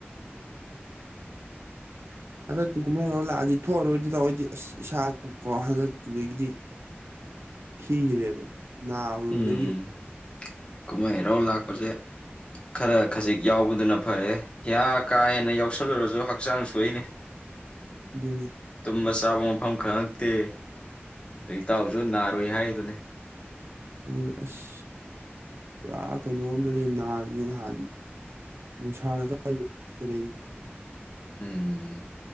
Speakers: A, on the right; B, on the left.
A: ꯍꯟꯗꯛꯇ ꯀꯨꯝꯍꯩꯔ ꯂꯥꯛꯑꯗꯤ ꯊꯣꯛꯑꯔꯣꯏꯗꯤ ꯇꯧꯑꯣꯏꯗꯤ ꯑꯁ ꯏꯁꯥ ꯀꯣ ꯍꯟꯗꯛꯇꯨꯗꯒꯤꯗꯤ ꯈꯤꯈ꯭ꯔꯦꯕ ꯅꯥꯎꯔꯨꯕꯗꯒꯤ
B: ꯎꯝ ꯀꯨꯝꯍꯩ ꯍꯔꯥꯎ ꯂꯥꯛꯄꯁꯦ ꯈꯔ ꯈꯖꯤꯛ ꯌꯥꯎꯕꯗꯨꯅ ꯐꯔꯦ ꯏꯤ ꯀꯥ ꯍꯦꯟꯅ ꯌꯥꯎꯁꯜꯂꯨꯔꯁꯨ ꯍꯛꯆꯥꯡ ꯁꯨꯏꯅꯤ
A: ꯑꯗꯨꯅꯤ
B: ꯇꯨꯝꯕ ꯆꯥꯕ ꯃꯐꯝ ꯈꯉꯛꯇꯦ ꯑ ꯏꯇꯥꯎꯁꯨ ꯅꯥꯔꯣꯏ ꯍꯥꯏꯗꯨꯅꯦ
A: ꯑꯗꯨꯗꯤ ꯑꯁ ꯄꯨꯔꯥ ꯀꯩꯅꯣꯝꯗꯗꯤ ꯅꯥꯔꯤꯁꯤ ꯅꯍꯥꯟ ꯅꯨꯡꯁꯥꯅ <unintelligible> <unintelligible>
B: ꯎꯝ